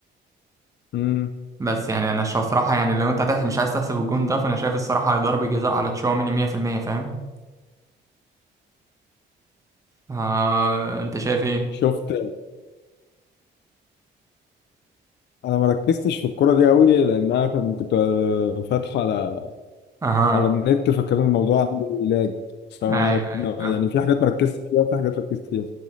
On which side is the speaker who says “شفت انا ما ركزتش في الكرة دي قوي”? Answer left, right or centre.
Left